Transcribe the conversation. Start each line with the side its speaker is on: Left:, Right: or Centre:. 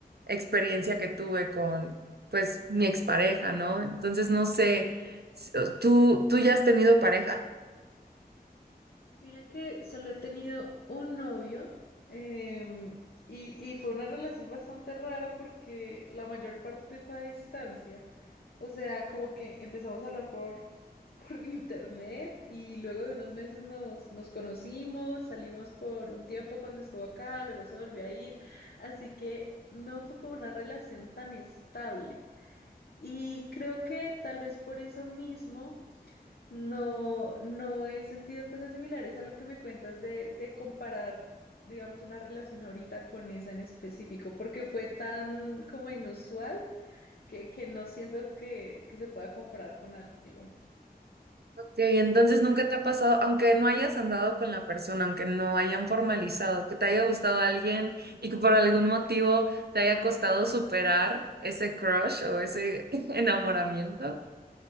Right: experiencia que tuve con, pues, mi expareja, ¿no? Entonces, no sé, s- ¿tú, tú ya has tenido pareja?
Left: Mira que solo he tenido un novio em, y, y fue una relación bastante rara porque la mayor parte fue a distancia. O sea, como que empezamos a hablar por, por <laughs> internet y luego de unos meses nos, nos conocimos, salimos por un tiempo cuando estuvo acá, luego se volvió a ir, así que no fue como una relación tan estable. Y creo que tal vez por eso mismo no, no he sentido cosas similares a lo que me cuentas de, de comparar. digamos, una relación ahorita con esa en específico, porque fue tan como inusual que, que no siento que, que se pueda comprar con algo.
Right: Ok, entonces nunca te ha pasado, aunque no hayas andado con la persona, aunque no hayan formalizado, que te haya gustado alguien y que por algún motivo te haya costado superar ese crush o ese <laughs> enamoramiento.